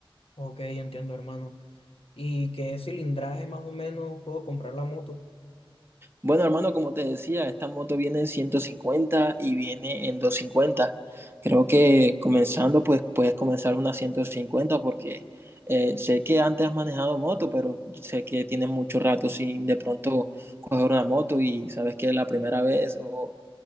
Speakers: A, on the left; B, on the right.
A: Ok, entiendo, hermano. ¿Y qué cilindraje más o menos puedo comprar la moto?
B: Bueno, hermano, como te decía, esta moto viene en 150 y viene en doscientos cincuenta Creo que comenzando, pues puedes comenzar una 150 porque eh, sé que antes has manejado moto, pero sé que tienes mucho rato sin de pronto coger una moto y sabes que es la primera vez o